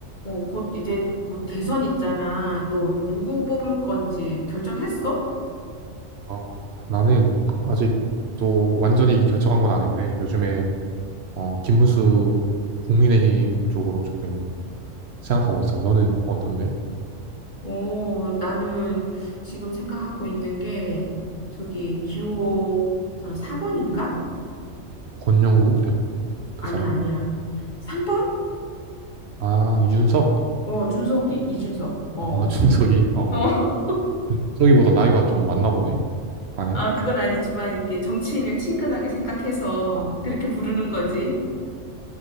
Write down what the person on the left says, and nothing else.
어, 곧 이제 곧 대선 있잖아. 너 누구 뽑을 건지 결정했어?
어, 나는 지금 생각하고 있는 게 저기 기호 잠깐 4번인가?
어,
아니야,
아니야. 3번?
어, 준석이, 이준석. 어.
어,
<laughs>
아, 그건 아니지만 이렇게 정치인을 친근하게 생각해서
그렇게 부르는 거지.